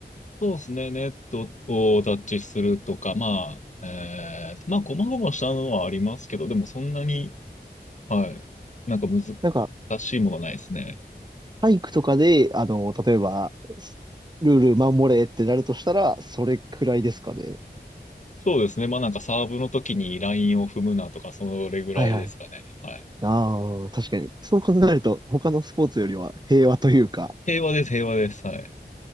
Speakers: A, on the left (about 45°); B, on the right (about 25°).
A: そうですね。ネットをタッチするとか、まあ、えー、まあ、ごまごましたのはありますけど、でもそんなに、はい、なんか難しいものないですね。
B: なんか、体育とかで、あの、例えば、ルール守れってなるとしたら、それくらいですかね。
A: そうですね。まあ、なんかサーブの時にラインを踏むなとか、それぐらいですかね。
B: はいはい。
A: はい。
B: ああ、確かに。そう考えると、他のスポーツよりは平和というか、
A: 平和です、平和です。はい。